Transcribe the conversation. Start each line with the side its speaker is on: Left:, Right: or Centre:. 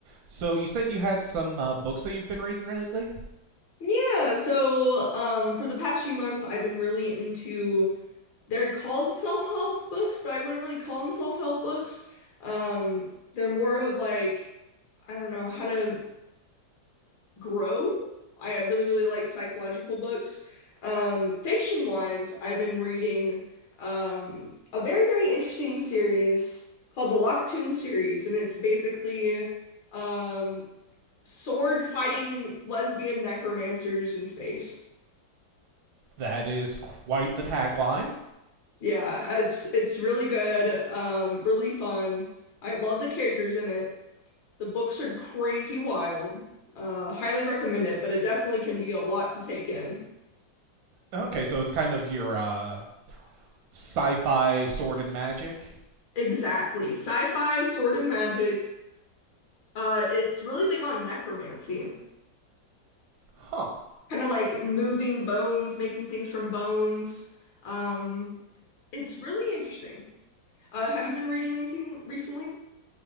Right: So you said you had some uh, books that you've been reading lately.
Left: Yeah, so um for the past few months I've been really into they're called self-help books, but I wouldn't really call them self-help books. Um they're more of like I don't know how to grow. I really really like psychological books. Um fiction-wise, I've been reading um a very very interesting series called the Locked Tomb series and it's basically um sword fighting lesbian necromancers in space.
Right: That is quite the tagline.
Left: Yeah, it's it's really good, um, really fun. I love the characters in it. The books are crazy wild. Uh, highly recommend it, but it definitely can be a lot to take in.
Right: Okay, so it's kind of your uh, sci-fi sword and magic,
Left: Exactly. Sci-fi, sword and magic. Uh, it's really big on necromancy.
Right: huh?
Left: Kind of like moving bones, making things from bones. Um, it's really interesting. Uh, have you been reading anything recently?